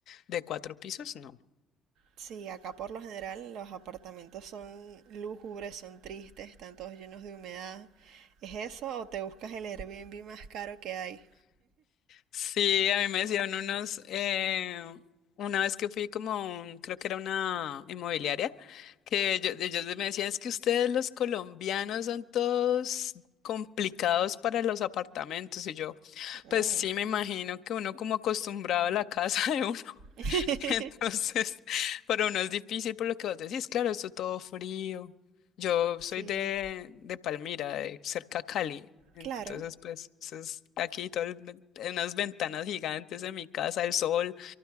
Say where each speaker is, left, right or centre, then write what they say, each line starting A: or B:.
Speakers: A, on the left; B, on the right.
A: de cuatro pisos, no.
B: Sí, acá por lo general los apartamentos son lúgubres, son tristes, están todos llenos de humedad. ¿Es eso o te buscas el Airbnb más caro que hay?
A: Sí, a mí me decían unos, eh, una vez que fui como, a un- creo que era una inmobiliaria, que ellos, ellos me decían, es que ustedes los colombianos son todos complicados para los apartamentos. Y yo,
B: Mm.
A: pues sí, me imagino que uno como acostumbrado a la casa <laughs> de uno.
B: <laughs>
A: <laughs> Entonces, para uno es difícil por lo que vos decís, claro, esto todo frío. Yo
B: Sí,
A: soy de, de Palmira, de cerca a Cali. Entonces,
B: claro.
A: pues, eso es aquí todo el ven- unas ventanas gigantes en mi casa, el sol,